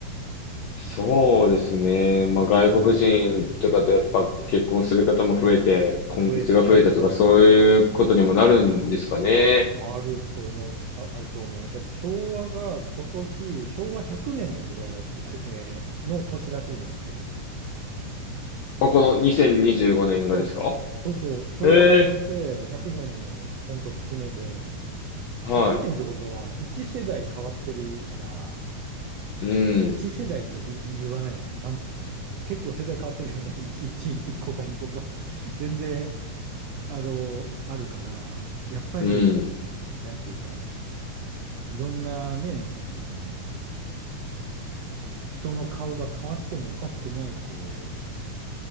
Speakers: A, on the left; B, on the right.
A: そうですね。まあ、外国人とかとやっぱ結婚する方も増えて、婚活が増えたとかそういうことにもなるんですかね。
B: 増えて確かに、あると思うし、あ、あると思う。だって昭和が今年、昭和100年の時代らしく、あ、えーの年らしいのよ、今年。
A: まあ、この2025年がですか
B: そう、そうそう、昭和が始まって100年の本当節目で、
A: ええ、
B: 100年ってことは1世代変わってるから、
A: はい。う
B: あ、1世代と言う、
A: ん、
B: 言わないな、なんて言ったらいいんだ。結構世代変わってるよね、<laughs> 1、1、個か2個か。<laughs> 全然、あの、あるから、やっぱり、
A: うん。
B: なんていうか、いろんなね、あの、人の顔が変わってもおかしくない、こ